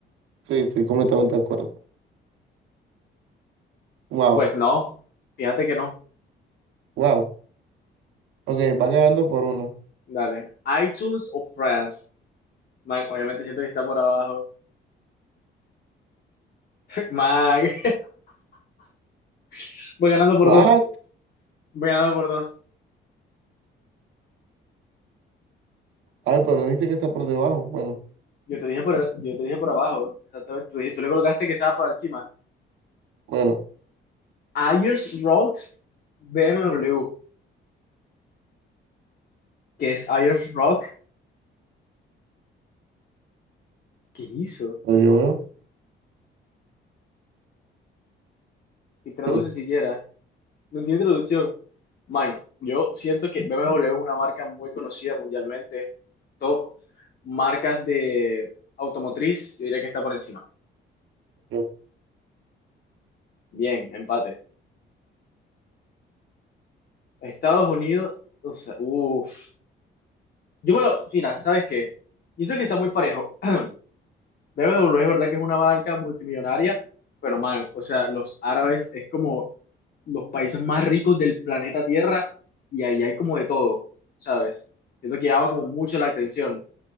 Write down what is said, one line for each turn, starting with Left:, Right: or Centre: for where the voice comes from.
Right: sí, estoy completamente de acuerdo. Wow,
Left: Pues no, fíjate que no.
Right: wow. Ok, va quedando por uno.
Left: Dale. iTunes o France. Man, obviamente siento que está por abajo. <laughs> Man, <laughs> voy ganando por
Right: What?
Left: dos. Voy ganando por dos.
Right: A ver, pero me dijiste que está por debajo. Bueno,
Left: Yo te dije por, yo te dije por abajo. Exactamente. Tú, dijiste- tú le colocaste que estaba por encima.
Right: bueno,
Left: Ayers Rocks BMW. ¿Qué es Ayers Rock? ¿Qué hizo?
Right: a ver, yo veo.
Left: ¿Qué traduce
Right: Mm,
Left: siquiera? No tiene traducción. Man, yo siento que BMW es una marca muy conocida mundialmente, top marcas de automotriz, yo diría que está por encima.
Right: yo, yo
Left: Bien, empate. Estados Unidos, o sea, uff. Yo me lo, mira, ¿sabes qué? Yo creo que está muy parejo. <laughs> <clears throat> BMW es verdad que es una marca multimillonaria, pero man, o sea, los árabes es como los países más ricos del planeta Tierra y ahí hay como de todo, ¿sabes? Siento que llama como mucho la atención.